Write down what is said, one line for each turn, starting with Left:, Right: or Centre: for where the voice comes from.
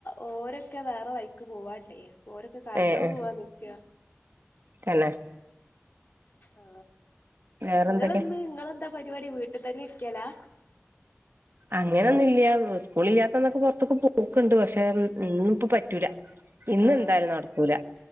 Left: ഓരൊക്കെ വേറെ വൈക്ക് പോവാണ്ടേ ഓരൊക്കെ കറങ്ങാൻ
Right: ഏ ഏ
Left: പോവാ നിക്ക.
Right: തന്നെ.
Left: ആ
Right: വേറെന്തൊക്കെ
Left: നിങ്ങളന്ന് നിങ്ങളെന്താ പരിപാടി വീട്ടിൽ തന്നെ ഇരിക്കാലാ.
Right: അങ്ങനൊന്നുല്ല സ്കൂള് ഇല്ലാത്തന്നൊക്കെ പുറത്തക്കെ പോക്കണ്ട് പക്ഷെ ഇന്ന് ഇപ്പ പറ്റൂല. ഇന്ന്
Left: ആഹ്
Right: എന്തായാലും നടക്കൂല